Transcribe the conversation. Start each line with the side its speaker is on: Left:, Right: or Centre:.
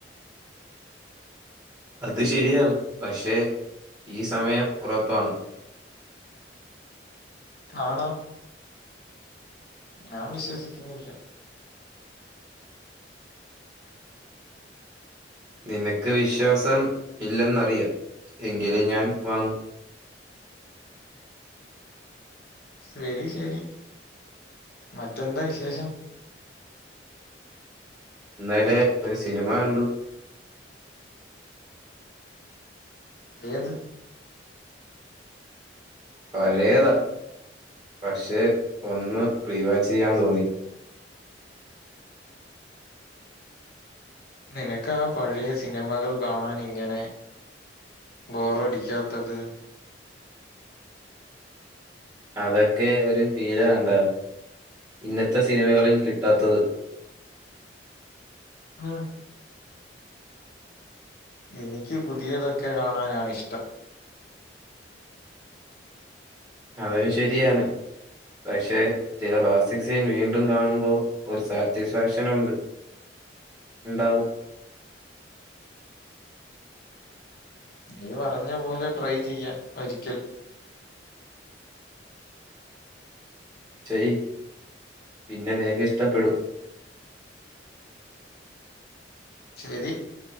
Right: അത് ശരിയാണ് പക്ഷെ ഈ സമയം ഉറപ്പാണ്
Left: ആണോ ഞാൻ വിശ്വസിക്കുന്നില്ല.
Right: നിനക്ക് വിശ്വാസം ഇല്ലെന്നറിയാം എങ്കിലും ഞാൻ വാങ്ങും
Left: ശെരി ശെരി മറ്റെന്താ വിശേഷം.
Right: ഇന്നലെ ഒരു സിനിമ കണ്ടു
Left: ഏത്
Right: പഴയതാ പക്ഷെ ഒന്ന് റീവാച്ച് ചെയ്യാൻ തോന്നി
Left: നിനക്കാ പഴയ സിനിമകൾ കാണാൻ ഇങ്ങനെ ബോറടിക്കാത്തത്.
Right: അതൊക്കെ ഒരു ഫീലാണ്ട ഇന്നത്തെ സിനിമകളിൽ കിട്ടാത്തത്
Left: ആഹ് എനിക്ക് പുതിയതൊക്കെ കാണാനാണ് ഇഷ്ടം.
Right: അതും ശരിയാണ് പക്ഷെ ചില ക്ലാസ്സിക് സീൻ വീണ്ടും കാണുമ്പോ ഒരു സാറ്റിസ്ഫാക്ഷൻ ഉണ്ട് ഇണ്ടാവും
Left: നീ പറഞ്ഞ പോലെ ട്രൈ ചെയ്യാം ഒരിക്കൽ
Right: ചയ് പിന്നെ നിനക്ക് ഇഷ്ടപ്പെടും
Left: ശരി